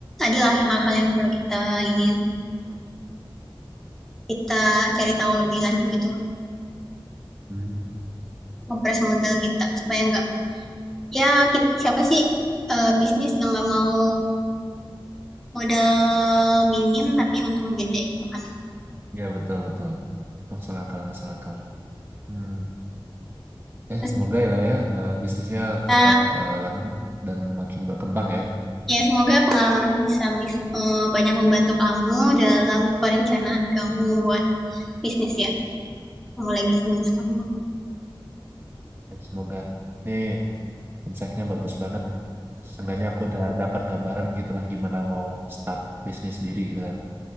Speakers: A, in the centre; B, on the right (about 25°).
A: adalah hal-hal yang perlu kita ingin kita cari tahu lebih lanjut gitu
B: hmm
A: ngepres modal kita supaya nggak Ya, kit siapa sih, eee, bisnis yang nggak mau modal minim tapi untungnya gede gitu kan ya.
B: ya betul betul masuk akal masuk akal hmm Eh,
A: Terus
B: semoga ya lah ya eh, bisnisnya
A: kita
B: tetap eh, lanjut dan makin berkembang ya.
A: ya semoga pengalaman aku bisa bis eee, banyak membantu kamu dalam perencanaan kamu buat bisnis ya, mulai bisnis kamu.
B: Eh, Semoga. Ini insight-nya bagus banget. Seenggaknya aku udah dapat gambaran gitu lah gimana mau start bisnis sendiri gitu kan.